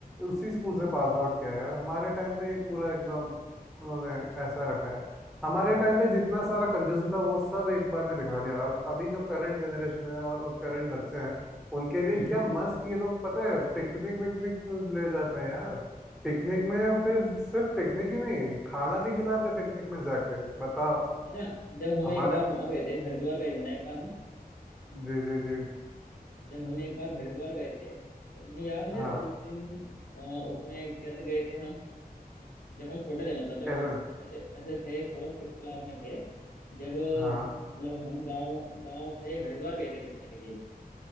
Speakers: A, in the centre; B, on the left (about 65°).
A: उसी स्कूल से पास आउट किया यार हमारे टाइम पे ये पूरा एकदम उन्होंने ऐसा रखा है हमारे
B: हम्म
A: टाइम पे जितना सारा कंजूसी था वो सब एक बार में दिखा दिया अब अभी जो करंट जनरेशन है और करंट बच्चे हैं उनके
B: <laughs>
A: लिए क्या मस्त ये लोग पता है पिकनिक विकनिक ले जाते हैं यार पिकनिक में फिर सिर्फ पिकनिक ही नहीं खाना भी खिलाते पिकनिक में जाके बताओ
B: अच्छा जब हम
A: हमारे
B: एक बार वहां गए थे हरिद्वार गए थे ना एक बार हम
A: जी जी जी
B: जब हम एक बार हरिद्वार गए थे तो तुम्हें याद है
A: हाँ
B: उस दिन अ, उसमें कैसे गए थे हम जब हम छोटे थे मतलब जब
A: कैसे
B: हम ऐसे ऐसे थे फोर्थ फिफ्थ क्लास में थे जब अ,
A: हाँ
B: मतलब हम गांव गांव से हरिद्वार गए थे घूमने के लिए